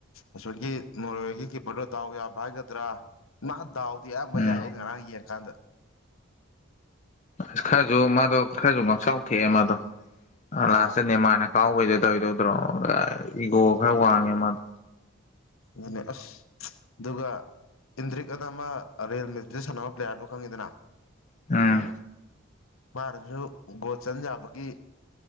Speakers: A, on the left; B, on the left.
A: ꯑꯁꯣꯏꯒꯤ ꯅꯣꯔꯋꯦꯒꯤ ꯀꯤꯞꯄꯔꯗꯣ ꯇ ꯎ ꯌꯥ ꯍꯥꯏꯒꯗ꯭ꯔꯥ ꯃꯥ ꯗꯥꯎ ꯕꯩꯅꯤ
B: ꯎꯝ
A: ꯉ ꯌꯦꯀꯥꯟꯗ
B: ꯑꯁ ꯈꯔꯁꯨ ꯃꯥꯗꯣ ꯈꯔꯁꯨ ꯉꯥꯎꯁꯥꯎ ꯊꯦꯛꯑꯦ ꯃꯥꯗꯣ ꯂꯥꯁꯇꯅꯦ
A: ꯑ
B: ꯃꯥꯅ ꯀꯥꯎꯕꯩꯗꯦ ꯇꯧꯗꯣꯏꯗ꯭ꯔꯣ ꯏꯒꯣ ꯈꯔ ꯋꯥꯡꯉꯦ ꯃꯥꯗꯣ
A: ꯑꯗꯨꯅꯦ ꯑꯁ ꯗꯨꯒ ꯏꯟꯗ꯭ꯔꯤꯛ ꯑꯅ ꯑꯃ ꯔꯤꯌꯦꯜ ꯃꯖꯤ ꯁꯥꯟꯅꯕ ꯄ꯭ꯂꯦꯌꯥꯔꯗꯣ ꯈꯪꯉꯤꯗꯅ
B: ꯎꯝ
A: ꯃꯥꯔꯁꯨ ꯒꯣꯜ ꯆꯟ ꯌꯕꯒꯤ